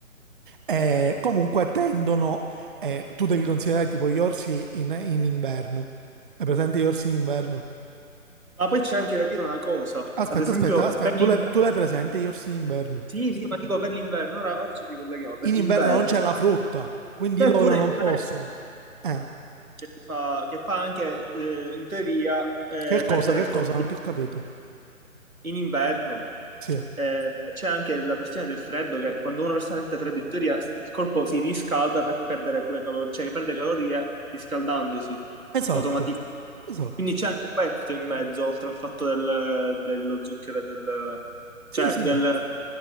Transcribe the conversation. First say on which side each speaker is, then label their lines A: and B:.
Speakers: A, on the right (about 40°); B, on the right (about 80°).
A: eh, comunque tendono, eh, tu devi considerare tipo gli orsi in, in inverno. Hai presente gli orsi in inverno?
B: Ma poi c'è anche da dire una cosa,
A: Aspetta,
B: ad esempio
A: aspetta, aspetta,
B: per l'inverno...
A: tu l'hai tu l'hai presente gli orsi in inverno?
B: Sì, sì, ma dico per l'inverno, ora, ora ci ricolleghiamo, per
A: In
B: l'inverno...
A: inverno non c'è la frutta, quindi
B: C'è
A: loro
B: pure
A: non
B: il freddo.
A: possono. Eh,
B: che fa, che fa anche eh, in teoria eh,
A: che
B: perdere
A: cosa, che
B: calorie
A: cosa, non ti ho capito.
B: in inverno.
A: Sì,
B: Eh, c'è anche la questione del freddo, che quando una persona sente freddo, in teoria il corpo si riscalda per perdere pure calorie, cioè che perde calorie riscaldandosi
A: esatto,
B: automaticamente.
A: esatto.
B: Quindi c'è anche questo in mezzo, oltre al fatto del, dello zucchero e del... cioè
A: Sì, sì.
B: del...